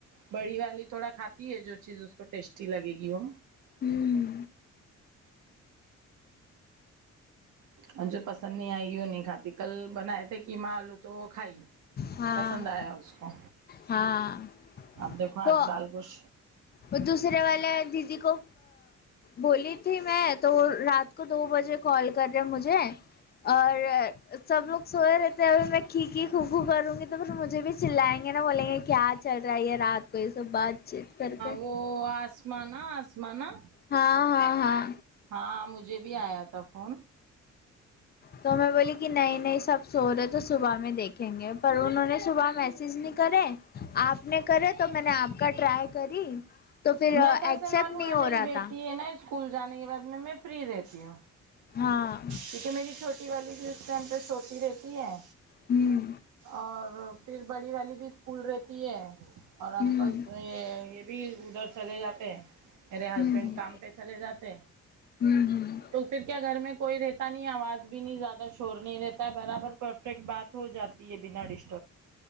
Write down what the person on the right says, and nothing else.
بڑی والی تھوڑا کھاتی ہے جو چیز اس کو ٹیسٹی لگے گی وہ
اور جو پسند نہیں آئے گیوں نہیں کھاتی کل بنائے تھے کہ ماں آلو تو کھائی
پسند آیا اس کو
اب دیکھو
آج دال گوش
وہ آسمانا آسمانا
ہاں مجھے بھی آیا تھا فون
میں کیسے
معلوم
ہے میری
بیٹی
ہے نا اسکول جانے کے بعد میں میں فری رہتی ہوں
کیونکہ میری چھوٹی والی بھی اس ٹائم پہ سوتی رہتی ہے
اور پھر بڑی والی بھی اسکول رہتی ہے اور
انکل یہ یہ بھی ادھر چلے جاتے ہیں میرے ہسبینڈ
کام پہ چلے جاتے
تو پھر کیا گھر میں کوئی رہتا نہیں آواز بھی نہیں زیادہ شور نہیں رہتا ہے برابر پرفیکٹ بات ہو جاتی ہے بنا دش